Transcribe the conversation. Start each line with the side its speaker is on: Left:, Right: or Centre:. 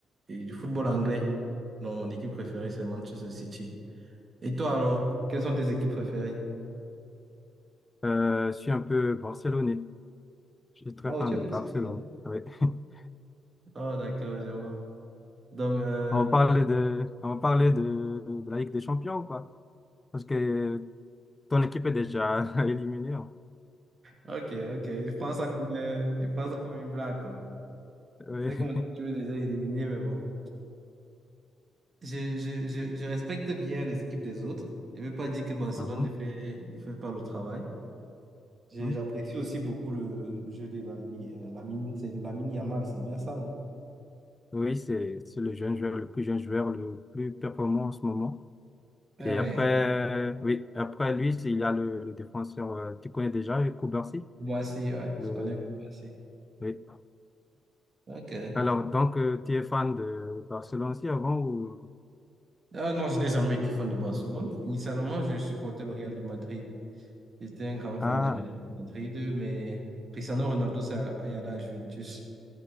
Right: et du football anglais. Non, mon équipe préférée, c'est Manchester City. Et toi alors, quelles sont tes équipes préférées?
Left: Euh, je suis un peu barcelonais. Je suis très
Right: Oh,
Left: fan
Right: tu
Left: de
Right: es Barcelonais.
Left: Barcelone. ah Oui. <laughs>
Right: Oh, d'accord, je vois. Donc, euh,
Left: On va parler de, on va parler de, de la Ligue des Champions, quoi. Parce que ton équipe est déjà <laughs> éliminée. hein.
Right: ok, ok. Je prends ça comme, euh, je prends ça comme une blague, quoi.
Left: Oui,
Right: C'est comme que
Left: <laughs>
Right: mon équipe est déjà éliminée, mais bon. Je, je, je, je respecte bien les équipes des autres. Je ne veux pas dire que Barcelone
Left: Mhm,
Right: ne fait, ne fait pas le travail. Je-
Left: mhm.
Right: J'apprécie aussi beaucoup le, le jeu de la, I- euh, Lamine, c'est Lamine Yamal, c'est bien ça, non?
Left: Oui, c'est, c'est le jeune joueur, le plus jeune joueur, le plus performant en ce moment.
Right: Ouais,
Left: Et après,
Right: ouais.
Left: euh, oui, après lui, c'est- il y a le, le défenseur, euh, tu connais déjà, Koubarsi.
Right: Moi aussi, ouais.
Left: le,
Right: Je connais Koubassi.
Left: Oui.
Right: Ok.
Left: Alors, donc, euh, tu es fan de Barcelone aussi avant ou...
Right: Ah non, je n'ai jamais été fan de Barcelone. Initialement, je supportais le Real de Madrid. J'étais un grand fan
Left: Ah,
Right: du Real de Madrid, mais Cristiano Ronaldo s'est allé à la Juventus.